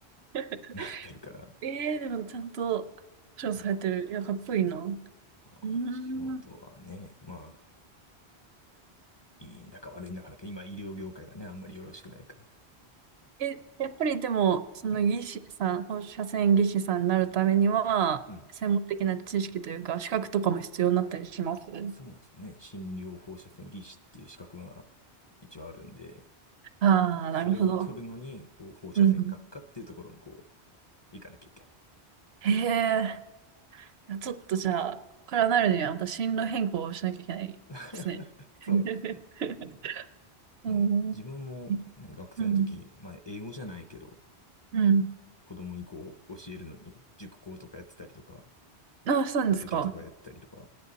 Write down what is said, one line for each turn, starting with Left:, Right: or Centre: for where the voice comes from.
Right: <laughs>
Left: <laughs> なってるから、
Right: えー、でもちゃんと保証されてる。
Left: うん。
Right: いや、かっこいいな。う
Left: まあ、
Right: ーん。
Left: 仕事はね、まあ、いいんだか悪いんだかだけど、今医療業界がね、あんまりよろしくないから。
Right: え、やっぱりでも、その技師さん、
Left: うん。
Right: 放射線技師さんになるためには、
Left: うん。
Right: 専門的な知識というか、資格とかも必要になったりします
Left: そうですね。診療放射線技師っていう資格が一応あるんで、
Right: ああー、
Left: それを取るのに、
Right: なるほど。
Left: こう、放射線学科っていうところにこう、
Right: うん。
Left: 行かなきゃいけない。
Right: へえ、いやちょっとじゃあ、ここからなるには、また進路変更をしなきゃいけないですね。
Left: <laughs>
Right: <laughs>
Left: そうですね。
Right: うん。
Left: うん自分も、
Right: <laughs>
Left: ね、学生の時、
Right: うん。
Left: まあ英語じゃないけど、
Right: うん。
Left: 子供にこう教えるのに、塾講とかやってたりとか、
Right: あ、そうなんですか。
Left: 家庭教とかやったりとか